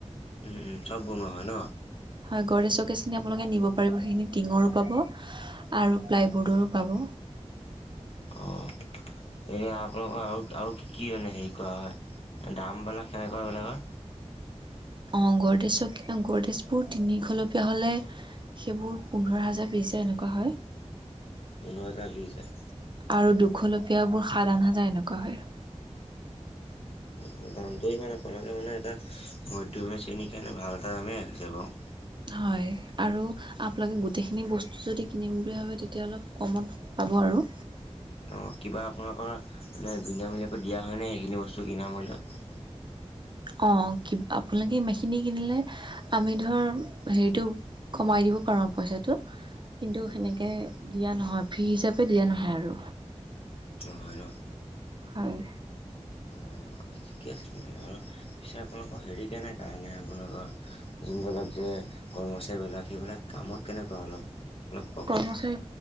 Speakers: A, on the left; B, on the right.
A: উ উম চব বনোৱা হয় ন?
B: হয় গড়দেছ চকেজখিনি আপোনালোকে নিব পাৰিব সেইখিনি টিঙৰো পাব আৰু প্লাইবৰ্ডৰো পাব
A: অ এনে আপোনালোকৰ আৰু আৰু কি কি মানে হেৰি কৰা হয় দামবিলাক কেনেকোৱা এইবিলাকৰ
B: অ গড়দেজ গড়দেজবোৰ তিনিখলপীয়া হ'লে সেইবোৰ পোন্ধৰ হাজাৰ বিছ হাজাৰ এনেকোৱা হয়
A: পোন্ধৰ হাজাৰ বিছ হাজাৰ
B: আৰু দুখলপীয়া বোৰ সাত আঠ হাজাৰ এনেকোৱা হয়
A: অ দামটো ইমান আপোনালোকে মানে এটা মধ্যমীয়া শ্ৰেণীৰ কাৰণে ভাল এটা দামেই ৰাখিছে বাও
B: হয় আৰু আপোনালোকে গোটেইখিনি বস্তু যদি কিনিম বুলি ভাবে তেতিয়া অলপ কমত পাব আৰু
A: অ কিবা আপোনালোকৰ মানে বিনামূলীয়াকৈ দিয়া হয়নে সেইখিনি বস্তু বিনামূল্যত।
B: অ কি আপোনালোকে ইমাখিনি কিনিলে আমি ধৰ হেৰিটো কমাই দিব পাৰো আৰু পইচাটো কিন্তু সেনেকে দিয়া নহয় ফ্ৰী হিচাপে দিয়া নহয় আৰু
A: নহয় ন
B: হয়
A: অ ঠিকে আছে তেনেহলে আৰু পিছে আপোনালোকৰ হেৰি কে নাই কাৰণে আপোনালোকৰ যোনবিলাক যে কৰ্মচাৰীবিলাক সেইবিলাক কামত কেনেকোৱা অলপ? অলপ কওকচোন
B: কৰ্মচাৰী